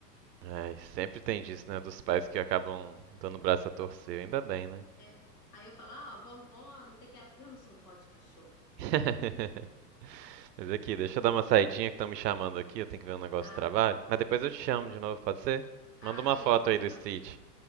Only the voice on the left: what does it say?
É. Aí eu falo, ó, vovó, não sei o que. Ela fala, eu não sou vó de cachorro.
Ah,
ah,
beleza,
então
tá
bom.